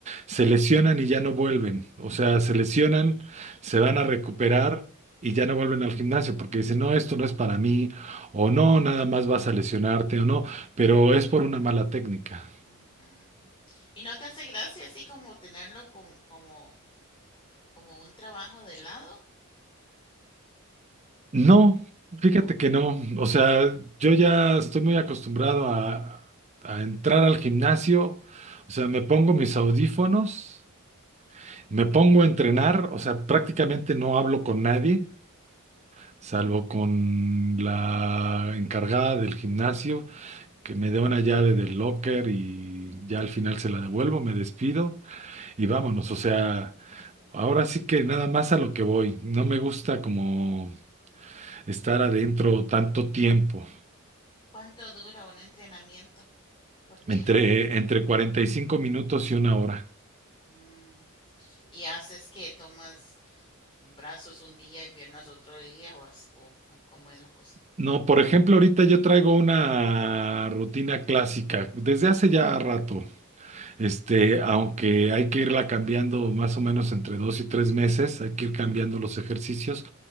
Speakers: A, on the right (about 30°); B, on the left (about 25°).
A: se lesionan y ya no vuelven. O sea, se lesionan, se van a recuperar y ya no vuelven al gimnasio, porque dicen, no, esto no es para mí, o no, nada más vas a lesionarte, o no, pero es por una mala técnica.
B: ujú, ujú. ¿Y no te hace gracia así como tenerlo pon- como, como un trabajo de lado?
A: No,
B: ¿No?
A: fíjate que no. O sea, yo ya estoy muy acostumbrado a, a entrar al gimnasio. O sea, me pongo mis audífonos, me pongo a entrenar. O sea, prácticamente no hablo con nadie, salvo con la encargada del gimnasio, que me dé una llave del locker y ya al final se la devuelvo, me despido y vámonos. O sea, ahora sí que nada más a lo que voy. No me gusta como estar adentro tanto tiempo.
B: ¿Cuánto dura un entrenamiento por día?
A: Entre, entre 45 minutos y una hora.
B: Mm. y haces que tomas brazos un día y piernas otro día o, as- o, o cómo es la cosa.
A: No, por ejemplo, ahorita yo traigo una rutina clásica desde hace ya rato. Este, aunque hay que irla cambiando más o menos entre dos y tres meses, hay que ir cambiando los ejercicios,